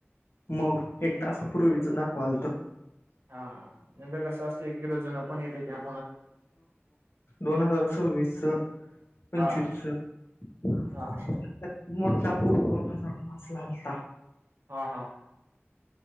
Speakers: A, on the left; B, on the right.
A: मग एक तासापूर्वीच दाखवालत
B: हा हा नंतर कसं असतय एकीकदा जुन पण येतय त्यात
A: दोन हजार सव्वीस च पंचवीस
B: हा
A: च,
B: हा
A: मोठा पूर दोन हजार पाच ला होता.
B: हा हा.